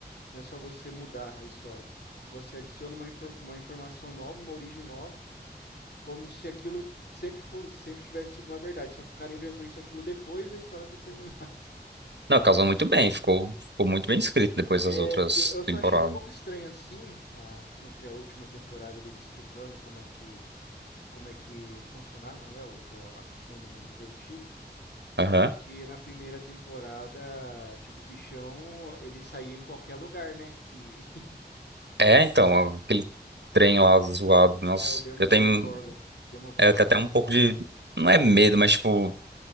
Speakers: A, on the left; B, on the right.
A: Não é só você mudar a história. Você adiciona uma, infor- uma informação nova, uma origem nova, como se aquilo sempre, fo- sempre tivesse sido uma verdade. Só que o cara inventou isso aquilo depois da história ter terminado. <laughs>
B: Não, casou muito bem, ficou, ficou muito bem escrito depois
A: É,
B: das outras
A: eu, eu só
B: temporadas.
A: achei um pouco estranho assim, a- entre a última temporada eles explicando como é que como é que funcionava, né, o, o- a questão do mundo invertido.
B: Aham.
A: Porque na primeira temporada, tipo, o bichão, ele saía em qualquer lugar, né? Que.
B: É,
A: <laughs>
B: então,
A: Não sei. se-
B: aquele trem lá zoado, nossa,
A: É o Dermo-
B: eu tenho
A: Demogorgon. Demogorgon.
B: é, até até um pouco de, não é medo, mas tipo,